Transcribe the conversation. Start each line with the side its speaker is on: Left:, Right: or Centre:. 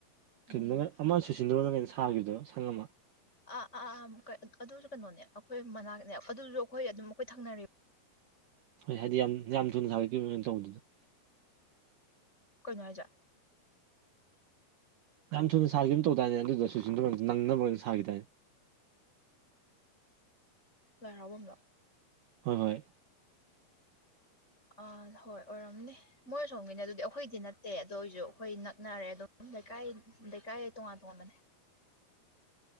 Left: ꯎꯝ
Right: ꯀꯩꯅꯣ ꯑꯃ ꯁꯨ ꯁꯤꯟꯗꯨꯔꯅ ꯀꯩꯅꯣ ꯁꯥꯥꯈꯤꯕꯗꯣ ꯁꯪꯉ ꯑꯃ
Left: ꯑꯥ ꯑꯥ ꯑꯥ ꯑꯗꯨꯁꯨ ꯀꯩꯅꯣꯅꯦ ꯑꯩꯈꯣꯏ ꯃꯅꯥꯛꯅꯦ ꯑꯗꯨꯁꯨ ꯑꯩꯈꯣꯏ ꯑꯗꯨꯝ ꯑꯩꯈꯣꯏ ꯊꯪꯅ
Right: ꯍꯣꯏ ꯍꯥꯏꯗꯤ ꯌꯥꯝ ꯊꯨꯅ ꯁꯥꯒꯠꯈꯤꯕꯅ ꯇꯧꯕꯗꯨꯗ
Left: ꯀꯣꯏꯅꯅꯨꯡꯉꯥꯏꯖꯥꯛꯠ
Right: ꯌꯥꯝ ꯊꯨꯅ ꯁꯥꯈꯤꯕ ꯑꯃ ꯇꯧꯗꯥꯏꯅꯦ ꯑꯗꯨꯗ ꯁ ꯅꯪꯅꯕꯅ ꯁꯥꯈꯤꯗꯥꯔꯅꯦ
Left: ꯂꯥꯏꯔꯥꯎꯕꯗꯣ
Right: ꯍꯣꯏ ꯍꯣꯏ
Left: ꯑꯥ ꯍꯣꯏ ꯑꯣꯏꯔꯝꯅꯦ ꯃꯣꯏ ꯁꯣꯝꯒꯤꯅꯦ ꯑꯗꯨꯗꯤ ꯑꯩꯈꯣꯏꯗꯤ ꯅꯠꯇꯦ ꯑꯗꯨꯗꯣ ꯑꯣꯏꯁꯨ ꯑꯩꯈꯣꯏ ꯅꯛꯅꯔꯦ ꯑꯗꯨꯝ ꯂꯩꯀꯥꯏ ꯂꯩꯀꯥꯏ ꯇꯣꯉꯥꯟ ꯇꯣꯉꯥꯟꯕꯅꯦ